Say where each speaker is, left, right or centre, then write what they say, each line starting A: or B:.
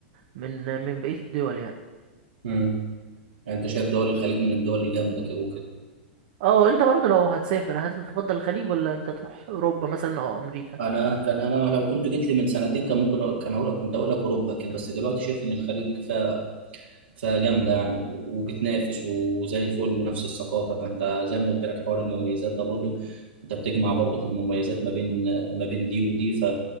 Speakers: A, on the right; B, on the right.
A: من من بقيه الدول يعني
B: امم يعني انت شايف دول الخليج من الدول الجامده كده وكده
A: اه انت برضه لو هتسافر هل تفضل الخليج ولا انت تروح اوروبا مثلا او امريكا
B: انا كان انا لو كنت جيت لي من سنتين كان ممكن أقول- كان هقول لك كنت هقول لك اوروبا كده بس دلوقتي شايف ان الخليج فيها فيها جامده يعني وبتنافس وزي الفل ونفس الثقافه فانت زي ما قلت لك حوار المميزات ده برضو انت بتجمع برضو في المميزات ما بين ما بين دي ودي ف